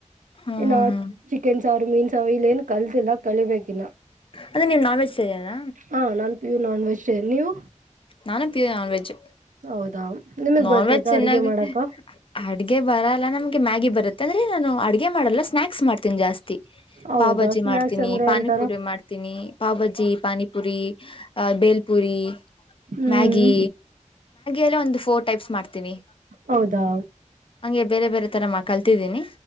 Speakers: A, on the left; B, on the right.
A: ಹಾ
B: ಇನ್ನು
A: ಹಾ ಹಾ
B: ಚಿಕನ್ ಸಾವ ಮೀನ್ ಸವು ಇಲ್ಲ ಏನ್ ಕಲ್ತಿಲ್ಲ. ಕಲಿಬೇಕಿಲ್ಲ
A: ಅಂದ್ರೆ ನೀವ್ ನಾನ್ ವೆಜ್ ತಿನ್ನಲ್ಲ
B: ಹ ನಾನ್ ಪಿಯೂ ನಾನ್ <unintelligible> ನೀವು
A: ನಾನು ತಿನ ನಾನ್ವೆೆಜ್
B: ಹೌದಾ ನಿಮಗ್
A: ನಾನ್
B: ಬರ್ತೈತಾ
A: ವೆಜ್ ಚೆನ್ನಾಗಿ
B: ಅಡಿಗೆ ಮಾಡಕ
A: ಅಡ್ಗೆ ಬರಲ್ಲ ನಮ್ಗೆ ಮ್ಯಾಗಿ ಬರುತ್ತ್ ತಂದ್ರೆ ನಾನು ಅಡ್ಗೆ ಮಾಡಲ್ಲ ಸ್ನಾಕ್ಸ್ ಮಾಡ್ತೀನಿ ಜಾಸ್ತಿ.
B: ಹೌದಾ
A: ಪಾವ್ ಭಾಜಿ
B: ಸ್ನಾಕ್ಸ್
A: ಮಾಡ್ತೀನಿ
B: ಅಂದ್ರೆ
A: ಪಾನಿಪುರಿ
B: ಎಂತರ
A: ಮಾಡ್ತೀನಿ ಪಾವ್ಭಾಜಿ ಪಾನಿಪುರಿ ಬೇಲ್ಪುರಿ ಇ
B: ಹ್ಮ್
A: ಮ್ಯಾಗಿ ಅಲ್ಲ ಒಂದು ಫೋರ್ ಟೈಪ್ಸ್ ಮಾಡ್ತೀನಿ.
B: ಹೌದಾ
A: ಹಂಗೆ ಬೇರೆ ಬೇರೆ ತರ ಮಾ ಕಲ್ತಿದ್ದೀನಿ.